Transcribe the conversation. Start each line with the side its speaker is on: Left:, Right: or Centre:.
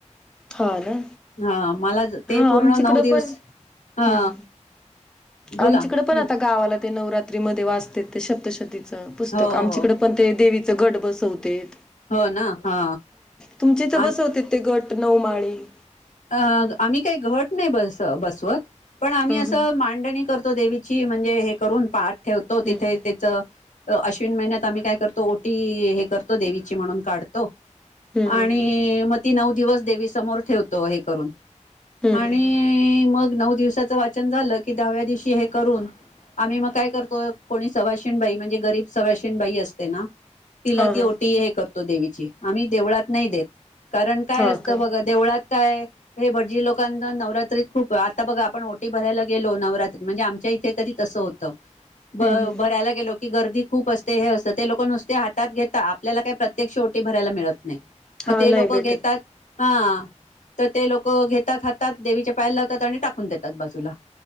Centre: हा ना.
Left: हा मला ते
Centre: हा
Left: पूर्ण
Centre: आमच्याकडं
Left: नऊ दिवस
Centre: पण हम्म
Left: हा
Centre: हम्म.
Left: बोला
Centre: आमच्याकडे पण
Left: हो
Centre: आता गावाला ते नवरात्रीमध्ये वाचते सप्तशती पुस्तक
Left: हो
Centre: आमच्याकडे पण ते देवी घट बसवते,
Left: हो ना, हा
Centre: तुमचे इथं
Left: आम
Centre: बसवते ते घट नऊ माळी ह
Left: अ आम्ही काही घट नाही बस बसवत पण आम्ही
Centre: हा
Left: असं
Centre: हा.
Left: मांडणी करतो, देवी ची म्हणजे हे करून पाठ ठेवतो तिथे
Centre: हम्म
Left: त्याच अश्विन महिन्यात आम्ही काय करतो ओटी हे करतो, देवीची म्हणून काढतो.
Centre: हम्म
Left: आणि
Centre: हम्म हम्म
Left: म ती नऊ दिवस देवीसमोर ठेवते. तो हे करून
Centre: हम्म
Left: आणि
Centre: हम्म
Left: मग नऊ दिवसाचं वाचन झालं की दहाव्या दिवशी हे करून आम्ही मग काय करतो कोणी सवाशीण बाई म्हणजे गरीब सवाशिन बाई असते ना, तिला
Centre: हा
Left: ती
Centre: हा
Left: ओटी हे करतो. <unintelligible> देवीची आम्ही देवळात नाही देत. कारण काय
Centre: हा
Left: असतं
Centre: का हम्म
Left: बघ देवळात काय हे भटजी लोकांना नवरात्रीत खूप आता बघा आपण ओटी भरायला गेलो, नवरात्री म्हणजे आमच्या इथे तरी तसं होतं. ब
Centre: हम्म
Left: भरायला
Centre: हम्म.
Left: गेलो की गर्दी खूप असते हे असतं ते लोक नुसते हात घेतात आपल्याला काही प्रत्यक्ष ओटी भरायला मिळत नाही. मग
Centre: हा
Left: ते
Centre: नाही
Left: लोक
Centre: भेटत
Left: घेतात हा. तर ते लोक घेतात हातात देवीच्या पायाला लावतात आणि टाकून देतात बाजूला,